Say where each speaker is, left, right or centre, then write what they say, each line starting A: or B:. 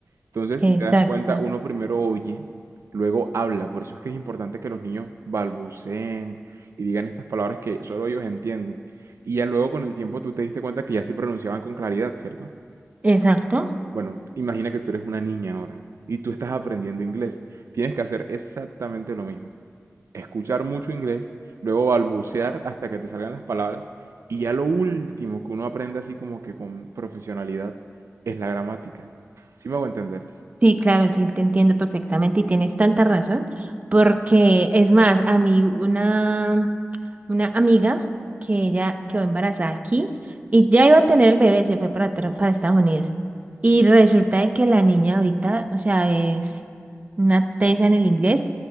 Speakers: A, on the right; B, on the right.
A: Entonces,
B: exacto,
A: si te das cuenta, uno primero oye, luego habla. Por eso es que es importante que los niños balbuceen y digan estas palabras que solo ellos entienden. Y ya luego con el tiempo tú te diste cuenta que ya sí pronunciaban con claridad, ¿cierto?
B: exacto.
A: Bueno, imagina que tú eres una niña ahora y tú estás aprendiendo inglés. Tienes que hacer exactamente lo mismo. Escuchar mucho inglés, luego balbucear hasta que te salgan las palabras y ya lo último que uno aprende así como que con profesionalidad es la gramática. ¿Sí me hago entender?
B: Sí, claro, sí, te entiendo perfectamente y tienes tanta razón, porque es más, a mí una, una amiga que ella quedó embarazada aquí y ya iba a tener el bebé, se fue para, tra- para Estados Unidos. Y resulta de que la niña ahorita, o sea, es una tesa en el inglés